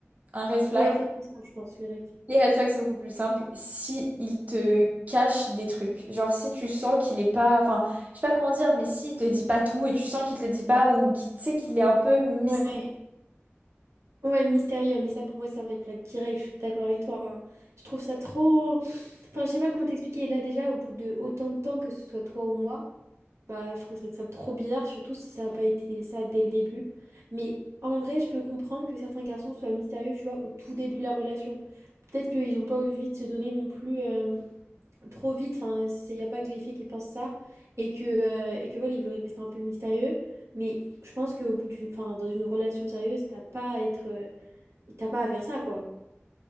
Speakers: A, on the right; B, on the right.
A: Un red flag.
B: Ouais, c'est plus simple, je pense, les règles.
A: Les red flags, c'est beaucoup plus simple si il te cache des trucs. Genre, si tu sens qu'il est pas. Enfin, je sais pas comment dire, mais s'il te dit pas tout et tu sens qu'il te le dit pas ou qu'il tu sais qu'il est un peu mis.
B: Ouais. Ouais, mystérieux. Mais ça, pour moi, c'est un red flag direct. Je suis d'accord avec toi. hein. Je trouve ça trop... Enfin, je sais pas comment t'expliquer. Là, déjà, au bout de autant de temps, que ce soit toi ou moi, Bah, je trouverais ça trop bizarre, surtout si ça n'a pas été ça dès le début. Mais en vrai, je peux comprendre que certains garçons soient mystérieux, tu vois, au tout début de la relation. Peut-être qu'ils n'ont pas envie de se donner non plus euh, trop vite. Enfin, il n'y a pas que les filles qui pensent ça. Et que, euh, et que voilà, ils veulent rester un peu mystérieux. Mais je pense qu'au bout d'une, enfin, dans une relation sérieuse, t'as pas à être, euh, t'as pas à faire ça, quoi.